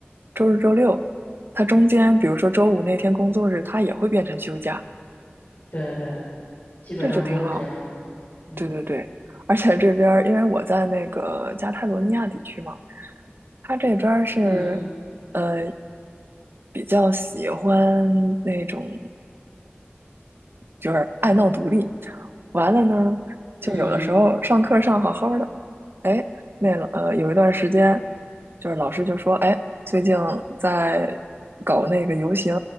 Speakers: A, on the right (about 60°); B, on the left (about 60°).
A: 周日、周六，它中间，比如说周五那天工作日，它也会变成休假，
B: 对对，基本上都是这样。
A: 这就挺好。
B: 嗯
A: 对对对，而且这边儿因为我在那个加泰罗尼亚地区嘛，他这边儿是
B: 嗯
A: 呃比较喜欢那种。就是爱闹独立。完了呢，
B: 嗯
A: 就有的时候上课上好好的，哎，那老呃有一段时间，就是老师就说，哎，最近在搞那个游行，